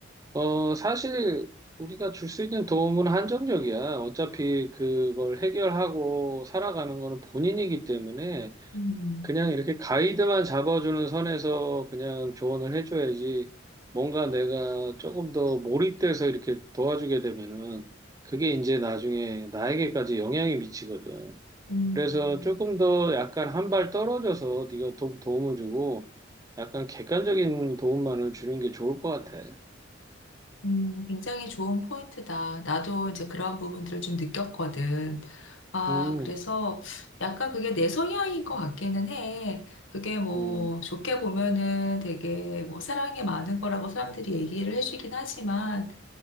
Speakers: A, on the right (about 20°); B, on the left (about 85°).
A: 어, 사실 우리가 줄 수 있는 도움은 한정적이야. 어차피 그걸 해결하고 살아가는 거는 본인이기 때문에
B: 음,
A: 그냥 이렇게 가이드만 잡아주는 선에서 그냥 조언을 해줘야지 뭔가 내가 조금 더 몰입돼서 이렇게 도와주게 되면은 그게 이제 나중에 나에게까지 영향이 미치거든.
B: 음,
A: 그래서 조금 더 약간 한 발 떨어져서 네가 도, 도움을 주고 약간 객관적인 도움만을 주는 게 좋을 것 같아.
B: 음, 굉장히 좋은 포인트다. 나도 이제 그런 부분들을 좀 느꼈거든. 아,
A: 음.
B: 그래서 약간 그게 내 성향인 것 같기는 해. 그게 뭐
A: 음.
B: 좋게 보면은 되게 뭐 사랑이 많은 거라고 사람들이 얘기를 해주긴 하지만